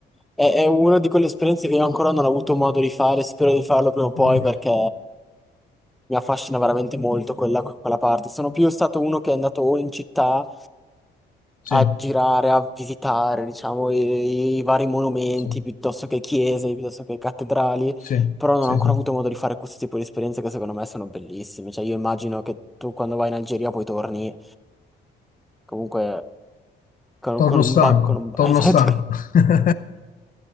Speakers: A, in the centre; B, on the left.
A: È, è una di quelle esperienze che io ancora non ho avuto modo di fare, spero di farlo prima o poi
B: Mm,
A: perché mi affascina veramente molto quella, quella parte. Sono più stato uno che è andato o in città
B: Sì,
A: a girare, a visitare, diciamo, i, i vari monumenti,
B: sì,
A: piuttosto che chiese, piuttosto che cattedrali,
B: sì,
A: però
B: sì,
A: non ho ancora
B: sì.
A: avuto modo di fare questo tipo di esperienze che secondo me sono bellissime. Cioè, io immagino che tu quando vai in Algeria poi torni comunque con,
B: Torno
A: con un
B: stanco,
A: ba- con un ba-
B: torno
A: <laughs> esatto.
B: stanco. <laughs>